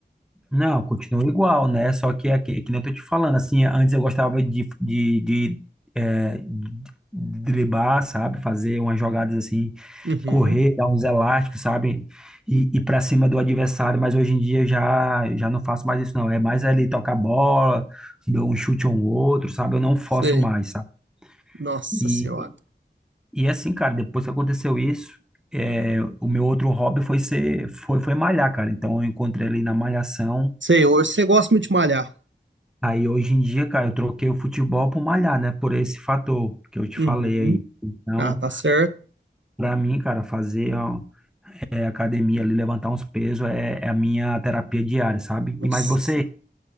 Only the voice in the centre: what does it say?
Não, continua igual, né? Só que é que, é que nem eu tô te falando, assim, antes eu gostava de, de, de, é, de driblar, sabe? Fazer umas jogadas assim,
correr, dar uns elásticos, sabe? E ir para cima do adversário, mas hoje em dia eu já, já não faço mais isso, não. É mais ali tocar a bola, dou um chute ou um outro, sabe? Eu não forço
mais, sabe?
E,
e assim, cara, depois que aconteceu isso, é, o meu outro hobby foi ser, foi, foi malhar, cara. Então eu encontrei ali na malhação
Aí hoje em dia, cara, eu troquei o futebol por malhar, né? Por esse fator que eu te
falei aí. Então,
pra mim, cara, fazer ó, é, academia ali, levantar uns pesos é, é a minha terapia diária, sabe?
E mais você,